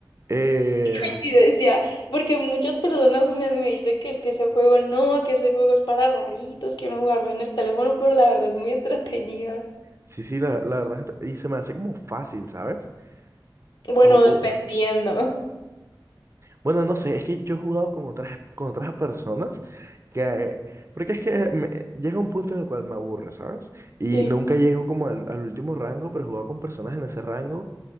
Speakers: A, on the right; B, on the left.
A: eh,
B: Coincidencia, porque muchas personas me, me dicen que es que ese juego no, que ese juego es para raritos, que uno jugarlo en el teléfono, pero la verdad es muy entretenido.
A: Sí, sí, la, la verdad, ent- y se me hace como fácil, ¿sabes?
B: Bueno,
A: O, o-
B: dependiendo.
A: bueno, no sé, es que yo he jugado con otras, con otras personas que, porque es que me- llega un punto en el cual me aburre, ¿sabes? Y
B: Sí.
A: nunca llego como al, al último rango, pero he jugado con personas en ese rango